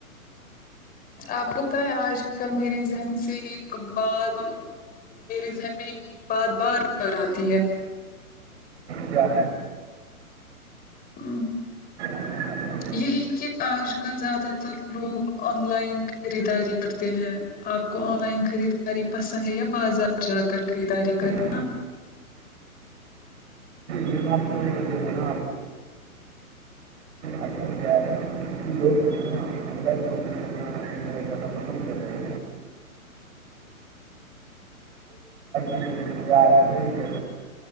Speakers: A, on the left; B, on the right.
A: آپ کوت ہے آج کل میری ذہن سے ہی کبار میرے ذہن میں ایک بات بار بار آتی ہے
B: کیا
A: ہ
B: ج
A: یہی کہ آج کل زیادہ تر لوگ آن لائن خریداری کرتے ہیں آپ کو آن لائن خریداری پسند ہے یا بازار جا کر خریداری کرنا
B: ج یہ بات تو جو ہے نا آج کل کیا ہے کہ لوگ جو ہے نا آ لائ شاپگ کرنا زدہ پسند کر رہے ہیںوگ